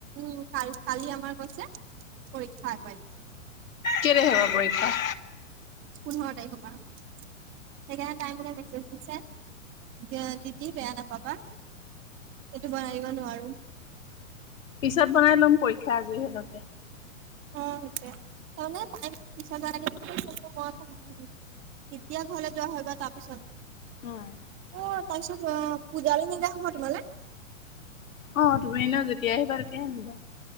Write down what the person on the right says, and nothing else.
উম কাল কালি আমাৰ কৈছে পৰীক্ষা আগবাঢ়িছে।
পোন্ধৰ তাৰিখৰ পৰা সেইকাৰণে টাই মোলে মেচেজ দিছে। দিয়া যদি বেয়া নাপাবা এইটো বনাই দিব নোৱাৰো।
অ সেইতোয়ে তামেনে পিছত। মই কেতিয়া ঘৰলৈ যোৱা হয় বা তাৰপিছত।
অ তাৰপিছত অ পূজাৰি নিদা হব তোমালে।